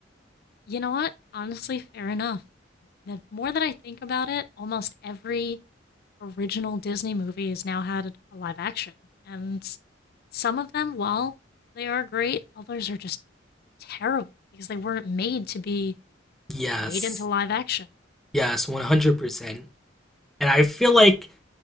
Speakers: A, on the left (about 55°); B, in the centre.
A: You know what? Honestly, fair enough. The more that I think about it, almost every original Disney movie has now had a live action. And some of them, while they are great, others are just terrible because they weren't made to be
B: Yes.
A: made into live action.
B: Yes, 100%. And I feel like